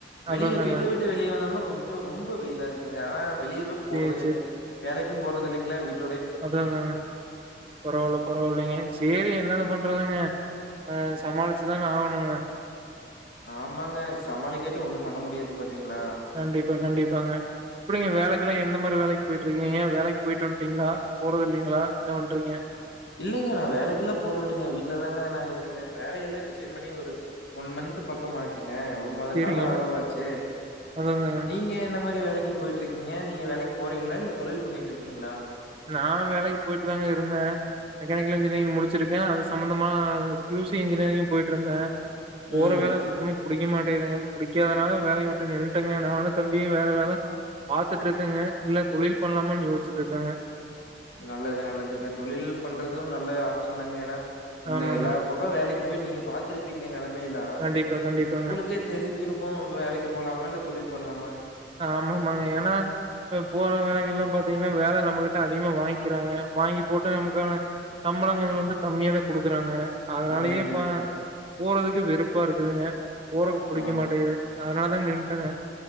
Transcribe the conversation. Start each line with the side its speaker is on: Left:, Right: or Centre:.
Left: வெளிய
Right: அததாங்க
Left: வீட்ட விட்டு வெளிய வந்தம்னா கொஞ்சோ ரொம்போ வெயிலா இருக்குங்க அதனா வெளியவே போறதில்லைங்க
Right: சேரி
Left: வேலைக்கு போறதில்லீங்ளா வீட்
Right: அவ்வளதாங்க பரவால்ல பரவால்லைங்க சேரிங்க என்னத்த பண்றதுங்க ஆ சமாளிச்சுதான ஆவணுங்க
Left: ஆமாங்க சமாளிக்காட்டி ஒன்னும் பண்ண முடியாது பாத்தீங்ளா
Right: கண்டிப்பா கண்டிப்பாங்க எப்பிடிங்க வேலைக்குலா எந்த மாரி வேலைக் போய்ட்ருக்கீங்க வேலைக் போய்ட்டு வந்ட்டீங்ளா போறதில்லைங்ளா என்ன பண்றீங்க
Left: இல்லைங்க நா வேலைக்குல்லா போறதில்லீங்க வீட்லதாங்க நா இருக்கற வேலையெல்லா ரிசைன் பண்ணி ஒரு ஒன் மன்த்து பக்கம் ஆச்சுங்க ஒரு மாத
Right: சேரிங்க
Left: கால அளவாச்சு
Right: அதாதாங்க
Left: நீங்க என்ன மாரி வேலைக்கு போய்ட்ருக் கீங்க நீங்க வேலைக் போறீங்ளா இல்ல தொழில் பண்ணிட்ருக்கீங்ளா
Right: நா வேலைக் போய்ட்டு தாங்க இருந்தே மெக்கானிக்கல் இன்ஜினியரிங் முடிச்சிருக்கே அது சம்மந்தமா க்யூ சி இன்ஜினியரிங்கு போய்ட்ருந்தே போற
Left: ம்
Right: வேல சுத்தமா புடிக்க மாட்டேகிதுங்க புடிக்காதனால வேலய விட்டு நின்ட்டேங்க நானு தம்பியு வேற வேல பாத்துட்ருக்கங்க இல்ல தொழில் பண்லாமான் யோஸ்ச்சிட்ருக்கங்க
Left: நல்லது நல்லதுங்க தொழில் பண்றது நல்ல ஆப்ஷன் தாங்க ஏனா இன்னு
Right: ஆமாங்க.
Left: எல்லா பக் கோ வேலைக்கு போய் நீங்க பாத்துருப்பீங்க நெலமையெல்லா
Right: கண்டிப்பா, கண்டிப்பாங்க.
Left: உங்களுக்கே தெரிஞ்சிருக்கு வேலைக்கு போலாமா இல்ல தொழில் பண்லாமானு
Right: ஆமாமாங்க ஏனா இப்ப போற வேலைக்குல்லா பாத்தீங்ன்னா வேல நம்மகிட்ட அதிகமா வாய்ங்க்கிறாங்க வாங்கி போட்டு நமக்கான சம்பளங்கள் வந்து கம்மியா தா குடுக்கறாங்க அதனாலயே
Left: ம்.
Right: இப்ப போறதுக்கு வெறுப்பா இருக்குதுங்க போறக்கு புடிக்க
Left: ஆ.
Right: மாட்டேங்கிது அதனால நின்ட்டங்க